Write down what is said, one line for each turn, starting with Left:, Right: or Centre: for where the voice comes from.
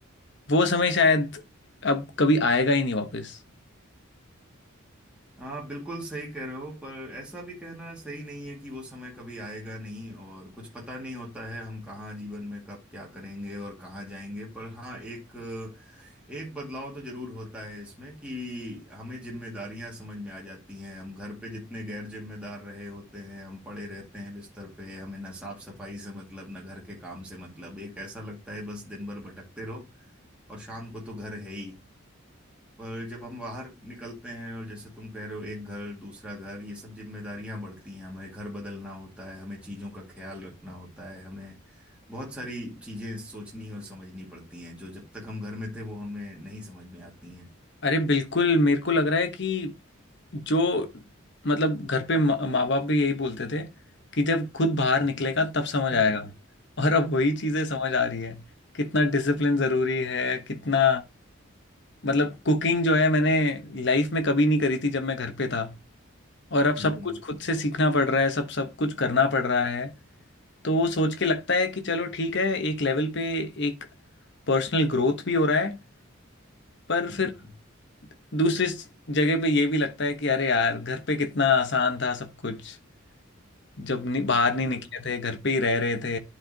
Left: वो समय शायद अब कभी आएगा ही नहीं वापस
Centre: आप बिल्कुल सही कह रहे हो पर ऐसा भी कहना सही नहीं है कि वो समय कभी आएगा नहीं और कुछ पता नहीं होता है हम कहाँ जीवन में कब क्या करेंगे और कहाँ जाएंगे पर हाँ एक एक बदलाव तो जरूर होता है इसमें कि हमें जिम्मेदारियां समझ में आ जाती हैं हम घर पे जितने गैर जिम्मेदार रहे होते हैं हम पड़े रहते हैं बिस्तर पे हमें ना साफ सफाई से मतलब ना घर के काम से मतलब एक ऐसा लगता है बस दिन भर भटकते रहो और शाम को तो घर है ही पर जब हम बाहर निकलते हैं और जैसे तुम कह रहे हो एक घर दूसरा घर ये सब जिम्मेदारियां बढ़ती हैं हमें घर बदलना होता है हमें चीजों का ख्याल रखना होता है हमें बहुत सारी चीजें सोचनी और समझनी पड़ती हैं जो जब तक हम घर में थे वो हमें नहीं समझ में आती हैं
Left: अरे बिल्कुल मेरे को लग रहा है कि जो मतलब घर पे मा माँ बाप भी यही बोलते थे कि जब खुद बाहर
Centre: हम्म
Left: निकलेगा तब समझ
Centre: <laughs>
Left: आएगा
Centre: हम्म
Left: और अब वही चीज़ें समझ आ रही है कितना डिसिप्लिन ज़रूरी है कितना मतलब कुकिंग जो है मैंने लाइफ में कभी नहीं करी थी जब मैं घर पे था और अब सब
Centre: हम्म
Left: कुछ खुद से सीखना पड़ रहा है सब सब कुछ करना पड़ रहा है तो वो सोच के लगता है कि चलो ठीक है एक लेवल पे एक पर्सनल ग्रोथ भी हो रहा है पर
Centre: हम्म,
Left: फिर दूसरी जगह पे ये भी लगता है कि अरे यार घर पे कितना आसान था सब कुछ जब नि बाहर नहीं
Centre: हम्म।
Left: निकले थे घर पे ही रह रहे थे